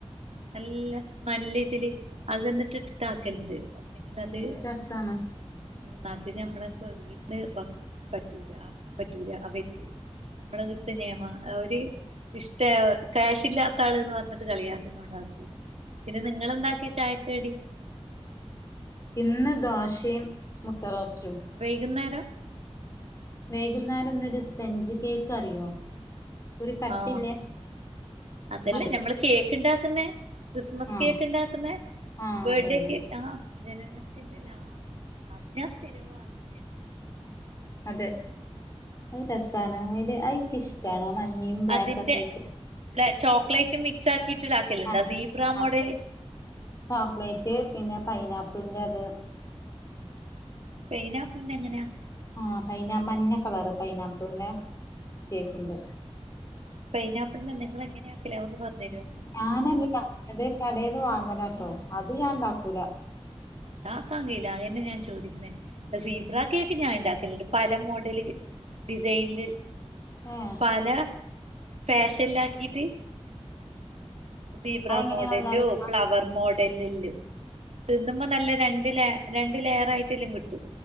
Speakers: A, on the right; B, on the left.
A: നല്ല നല്ല ഇതിൽ അകന്നിട്ടിട്ട് ആക്കല്ണ്ട് പക്ഷെങ്കിൽ
B: ഉം
A: അത്.
B: രസാണ്
A: ഉം അത്‌ ഞമ്മളെ ഈട്ന്ന് പറ്റൂല ആക്കാൻ പറ്റൂല അവർക്ക് നമ്മളെ ഈടുത്തെ നിയമാ അവുര്. ഇഷ്ട ക്യാഷ് ഇല്ലാത്ത ആൾ എന്ന് പറഞ്ഞിട്ട് കളിയാക്കുന്നണ്ടാക്കൂല. പിന്നെ നിങ്ങളെന്താക്കി ചായക്ക്‌ കടി.
B: ഇന്ന് ദോശയും മുട്ട റോസ്റ്റും
A: വൈകുന്നേരം.
B: വൈകുന്നേരം ഇന്നൊരു സ്പെഞ്ച് കേക്ക് അറിയോ? ഒരു കട്ടില്ലേ
A: ആഹ് അതല്ലേ
B: അത്.
A: നമ്മള് കേക്ക് ഇണ്ടാക്കുന്ന ക്രിസ്മസ്
B: ആഹ്
A: കേക്ക് ഇണ്ടാക്കുന്ന
B: ആഹ്
A: ബർഡേ
B: അതന്നെ
A: കേക്ക് ആഹ <unintelligible> അത്‌ ഞാൻ സ്ഥിരം വാങ്ങുന്നേ അല്ലേ
B: അതെ അത് രസാണ് അത് ഇന്ക്ക് ഇഷ്ടാണ് ആ മഞ്ഞീം ബ്ലാക്കൊക്കെ
A: അതിന്റെ
B: ആയിട്ട്.
A: ചോക്ലേറ്റ് മിക്സ് ആക്കിട്ട് ഇതാക്കല്ണ്ടാ
B: ആഹ്
A: സീബ്രാ
B: ആഹ്
A: മോഡല്.
B: ചോക്ലേറ്റ് പിന്നെ പൈനാപ്പിളിന്റത്.
A: പൈനാപ്പിളിന്റെ എങ്ങനാ?
B: ആ പൈന മഞ്ഞ കളറ് പൈനാപ്പിളിന്റെ കേക്ക് ഉണ്ട്.
A: പൈനാപ്പിളിന്റെ നിങ്ങൾ എങ്ങനെ ആക്കല്. അതൊന്ന് പറഞ്ഞ് തെരോ
B: ഞാനല്ല ഇണ്ടാക്ക്‌ണത് അത് കടേന്ന് വാങ്ങലാട്ടോ അത് ഞാൻ ഇണ്ടാക്കൂല.
A: താക്കാൻ കഴില്ല അതന്നെ ഞാൻ ചോദിക്ക് ന്നെ സീബ്ര കേക്ക് ഞാൻ ഇണ്ടാക്കല്ലിണ്ട് പല മോഡല് ഡിസൈനില്.
B: ഏഹ്
A: പല ഫാഷനിലാക്കിട്ട്. സീബ്രാ
B: അതെങ്ങനെ
A: മോഡല്
B: നിങ്ങൾ ഇണ്ടാക്ക
A: ഫ്ലവർ മോഡലല്ല തിന്നുമ്പോ നല്ല രണ്ട് ല രണ്ട് ലെയർ ആയിട്ടല്ലും കിട്ടും.